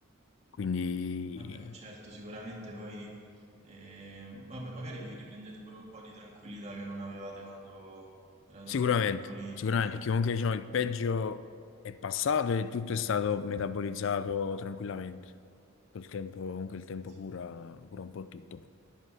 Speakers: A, on the left (about 65°); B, on the right (about 30°).
A: quindi
B: Vabbè, eh, certo, sicuramente poi... ehm, vabbè, magari vi riprendete pure un po' di tranquillità che non avevate quando eravate
A: Sicuramente,
B: un po' più piccolini.
A: sicuramente,
B: Eh,
A: perché comunque diciamo, il peggio è passato e tutto è stato metabolizzato tranquillamente. Col tempo,
B: ok,
A: comunque il tempo
B: eh sì.
A: cura, cura un po' tutto.